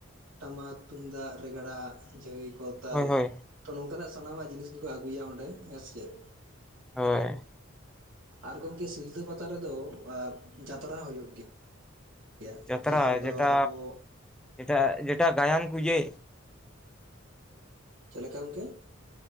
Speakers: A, on the right (about 70°); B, in the centre.
A: ᱴᱟᱢᱟᱠ ᱛᱩᱢᱫᱟᱜ ᱨᱮᱜᱽᱲᱟ ᱡᱷᱟᱹᱭ ᱠᱚ ᱛᱟᱞ
B: ᱦᱳᱭ ᱦᱳᱭ
A: ᱱᱚᱝᱠᱟᱱᱟᱜ ᱥᱟᱱᱟᱢᱟᱜ ᱡᱤᱱᱤᱥ ᱜᱮᱠᱚ ᱟᱹᱜᱩᱭᱟ ᱚᱸᱰᱮ ᱾ ᱦᱮᱸ ᱪᱮᱫ?
B: ᱦᱚᱭ ᱾
A: ᱟᱨ ᱜᱚᱢᱠᱮ ᱥᱤᱞᱫᱟᱹ ᱯᱟᱛᱟ ᱨᱮᱫᱚ ᱡᱟᱛᱨᱟ ᱦᱩᱭᱩᱜ ᱜᱮᱭᱟ᱾
B: ᱡᱟᱛᱨᱟ
A: ᱡᱟᱦᱟᱸ ᱨᱮᱫᱚ
B: ᱡᱮᱴᱟ
A: ᱟᱵᱚ
B: ᱡᱮᱴᱟ, ᱡᱮᱴᱟ ᱜᱟᱭᱟᱱ ᱠᱚ ᱡᱮ
A: ᱪᱮᱫ ᱞᱮᱠᱟ ᱜᱚᱢᱠᱮ?